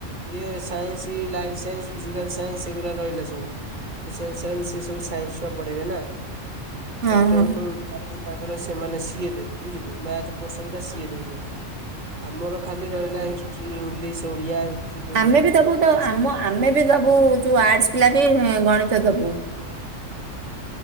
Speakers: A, on the right (about 40°); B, on the right (about 65°).
A: ଇଏ science, life science, physical science ସେଗୁଡା ରହିଲା ସବୁ। ସୋସିଆଲ ସାଇନ୍ସ ସବୁ ସାଇନ୍ସ ଛୁଆ ପଢେଇବେ ନା।
B: ହଁ
A: ତ
B: ହଁ
A: ତାଙ୍କର ସେମାନେ ସିଏ ଦେବେ ବୁଝିଲୁ ମ୍ୟାଥ ପର୍ସନ ଟା ସିଏ ଦଉଛନ୍ତି। ଆମର ଖାଲି ରହିଲା ହିଷ୍ଟ୍ରି, ଇଂଲିଶ, ଓଡିଆ। ଜୋଗ୍ରାଫି
B: ଆମେ ବି ଦବୁ
A: ପଲିଟିକାଲ
B: ତ
A: ସାଇନ୍ସ
B: ଆମ ଆମେ ବି ଦବୁ ଯୋଉ ଆର୍ଟସ ପିଲା ବି ଗଣିତ ଦବୁ।